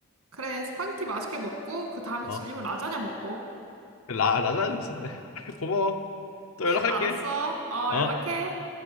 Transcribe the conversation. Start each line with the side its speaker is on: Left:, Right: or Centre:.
Right: 그래, 스파게티 맛있게 먹고, 그 다음에
Left: 어?
Right: 질리면 라자냐 먹어.
Left: 그 라, 라자나도 있었네. <laughs> 고마워. 또 연락할게.
Right: 알았어. 어,
Left: 어?
Right: 연락해.